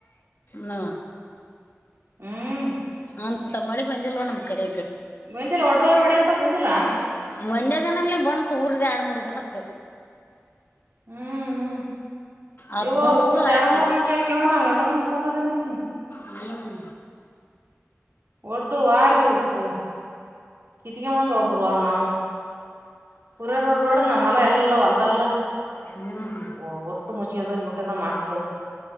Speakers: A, on the left (about 45°); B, on the right (about 55°).
A: ನ
B: ಹ್ಮ
A: ಅಂತ ತಮ್ಮಾಲಿ ಪಂಜ ರ ನಮ್ ಕ ಳ
B: ಬಂದಿಲ್ಲ ಒಡ್ಡುವಾರಿ ಹೊಡಿ ಅಂತ ಬಂದಿಲ್ಲ
A: ಮಂಡೇ ದಿನಲ್ಲ ಬಂತು ಊರಿದೆ ಎರಡು ಮೂರು ದಿನ ಹತ್ತು
B: ಹ್ಮ್ ಹ್ಮ
A: ಅವತ್
B: ಇವ
A: ಬಂದದ್ದು
B: ಊರ್ದ್
A: ಆಯ್ತಿ
B: ಎರಡು ಮೂರ್ ಜನಕ್ಕೆ ಯಾಕವ ನಾವು ಎಂಡ ದನಕ್ಕೆ ಒಂದದ ಆನ್ತೀನಿ.
A: ಹ್ಮ್
B: ಒಟ್ಟು ವಾರಿ ಉಕ್ಕು ಇತಿಗೆ ಒಂದ್ ಒಬ್ಬರ ನಾವು ಪೋರ ರೋಡ ನಮ್ಮಹೊಲಾ ಎಲ್ಲ ಹೊಲ್ದಲ್ಲ.
A: ಹ್ಮ್
B: ಓ ಒಟ್ಟ ಮೂಚಿಗೆಂತೋಗ್ ಬಿಟ್ಟದ ಮಾತ್